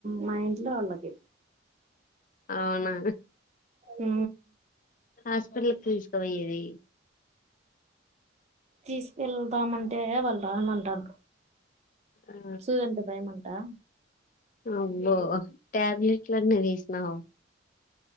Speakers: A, on the right; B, on the left.
A: మా ఇంట్లో వాళ్ళకి
B: అవునా
A: ఉ
B: హాస్పిటల్ కి తీసుకుపోయేది
A: తీసుకెళ్దామంటే అ వాళ్ళు రానంటారు
B: ఆ
A: సుది అంటే భయమ ఆ
B: అబ్బో టాబ్లెట్లు అన్న వేసినావు